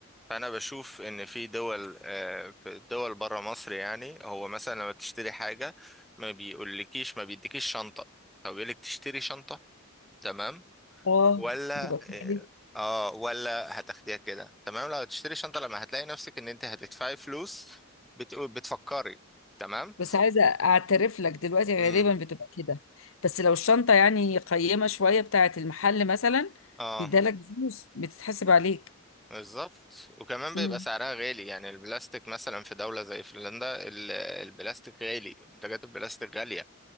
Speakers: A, in the centre; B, on the left.
A: فأنا بشوف إن في دول آه، في دول برا مصر يعني هو مثلا لما تشتري حاجة ما بيقولكيش ما بيديكيش شنطة هو بيقولك تشتري شنطة تمام
B: اه
A: ولا
B: بتبقى
A: آه
B: كويس
A: آه، ولا هتاخديها كده تمام لو هتشتري شنطة لما هتلاقي نفسك إن أنت هتدفعي فلوس بتقول بتفكري تمام
B: بس عايزه اعترف لك دلوقتي
A: مم.
B: غالبا بتبقى كده بس لو الشنطه يعني قيمه شويه بتاعه المحل مثلا
A: اه
B: بيدالك فلوس بتتحسب عليك
A: بالظبط وكمان بيبقى
B: مم.
A: سعرها غالي يعني البلاستيك مثلا في دولة زي فنلندا ال- البلاستيك غالي منتجات البلاستيك غالية